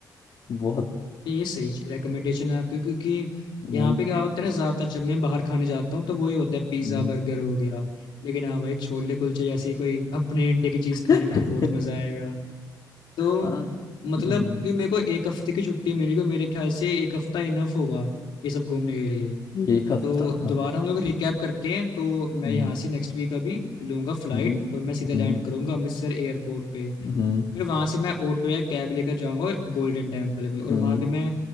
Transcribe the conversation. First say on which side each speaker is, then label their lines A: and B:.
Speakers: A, on the left; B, on the left.
A: बहुत
B: ये सही रिकमेंडेशन है आपकी क्योंकि
A: हम्म
B: यहाँ पे क्या होता है ना ज्यादातर जब मैं बाहर खाने जाता हूँ तो वही होता है पिज्जा
A: हम्म
B: बर्गर हो गया लेकिन हाँ भाई छोले कुलचे जैसी कोई अपने इंडिया की चीज खाने
A: <laughs>
B: में तो बहुत मजा आएगा तो
A: हाँ
B: मतलब
A: हम्म,
B: कि मेरे को एक हफ्ते की छुट्टी मिली हुई मेरे ख्याल से एक हफ्ता इनफ होगा ये सब घूमने के लिए
A: एक हफ्ता
B: तो
A: हाँ
B: दोबारा हम लोग रिकैप करते हैं तो मैं
A: हम्म
B: यहाँ से नेक्स्ट वीक अभी लूंगा फ्लाइट
A: हम्म
B: और मैं सीधा
A: हम्म
B: लैंड करूंगा अमृतसर एयरपोर्ट पे
A: हम्म
B: फिर वहाँ से मैं ऑटो या कैब लेकर जाऊंगा गोल्डन टेम्पल में और
A: हम्म
B: वहाँ पे मैं